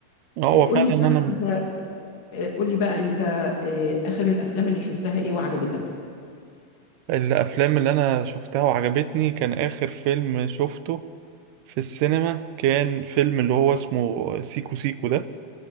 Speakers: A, on the right; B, on the left.
A: هو
B: آه، قول
A: فعلا
B: لي بقى
A: أنا
B: انت آه، قول لي بقى انت آه، اخر الافلام اللي شفتها ايه وعجبتك
A: الأفلام اللي أنا شفتها وعجبتني كان آخر فيلم شفته في السينما كان فيلم اللي هو اسمه سيكو سيكو ده